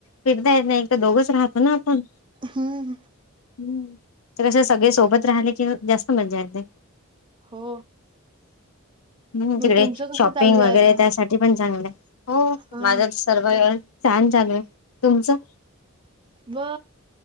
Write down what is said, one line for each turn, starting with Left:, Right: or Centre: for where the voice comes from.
Left: फिरता येत नाही तर दोघच राहतो ना आपण
Right: हम्म
Left: हम्म ते कस सगळे सोबत राहले कि जास्त मजा येते
Right: हो
Left: हम्
Right: मग
Left: तिकडे
Right: तुमचं कसं
Left: शॉपिंग
Right: चालू
Left: वगैरे
Right: आहे आता
Left: त्यासाठी पण चांगलं हो
Right: हा
Left: माझं सर्व व छान चालू आहे तुमचं
Right: वा